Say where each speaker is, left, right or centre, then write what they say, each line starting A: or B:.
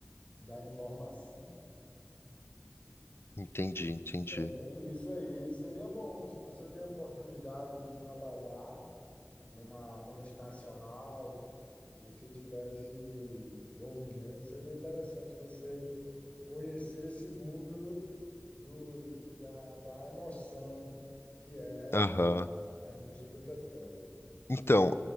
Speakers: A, on the left (about 30°); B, on the left (about 65°).
A: da informação.
B: Entendi, entendi.
A: É bem isso aí. Seria bom se você tem a oportunidade de trabalhar numa multinacional, se você tiver esse envolvimento, seria interessante você conhecer esse mundo do, da, da emoção que é
B: Aham.
A: a a indústria do petróleo.
B: Então,